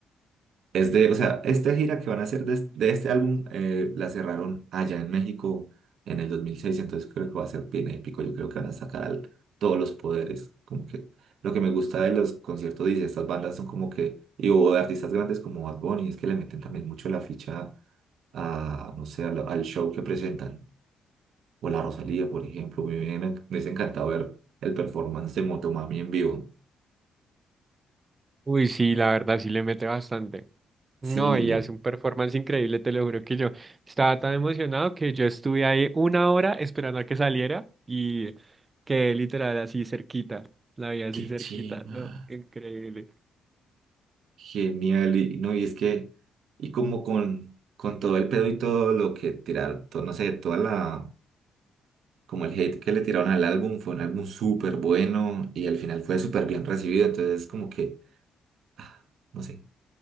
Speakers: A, on the right; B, on the right.
A: Es de, o sea, esta gira que van a hacer de, es- de este álbum eh, la cerraron allá en México en el 2006, entonces creo que va a ser bien épico. Yo creo que van a sacar al- todos los poderes. Como que lo que me gusta de los conciertos y de estas bandas son como que, y o de artistas grandes como Bad Bunny, es que le meten también mucho la ficha a, no sé, al, al show que presentan. O la Rosalía, por ejemplo. Me hubiera- me hubiese encantado ver el performance de Motomami en vivo.
B: Uy, sí, la verdad sí le mete bastante. No,
A: Sí,
B: y hace un performance increíble, te lo juro que yo estaba tan emocionado que yo estuve ahí una hora esperando a que saliera y quedé literal así cerquita, la vi así
A: qué
B: cerquita,
A: chima.
B: no, increíble.
A: Genial, y no, y es que, y como con, con todo el pedo y todo lo que tiraron, todo, no sé, toda la, como el hate que le tiraron al álbum, fue un álbum súper bueno y al final fue súper bien recibido, entonces como que, ah, no sé,